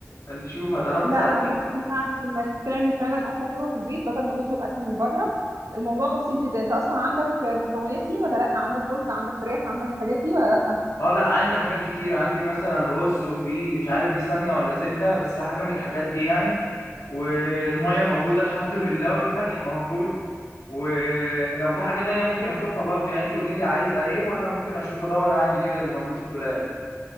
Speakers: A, on the left; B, on the right.
A: انت شوف هتعرفي تساعديني
B: لا انا ممكن اساعدك انك تعمل فعلا اكله حلوه في البيت بدل ما تطلب اكل من بره الموضوع بسيط جدا انت اصلا عندك المكونات دي ولا لا عندك رز عندك فراخ عندك الحاجات دي ولا لا
A: اه لا عندي حاجات كتير عندي مثلا رز وفي مش عارف دي سمنه ولا زبده بس هي حاجه من الحاجات دي يعني والميه موجوده <laughs> الحمد لله والملح موجود ولو في حاجه تانية ممكن اشوفها برضو يعني انت قولي لي عايز ايه وانا ممكن اشوف ادور عندي كده اللي موجود في الدولاب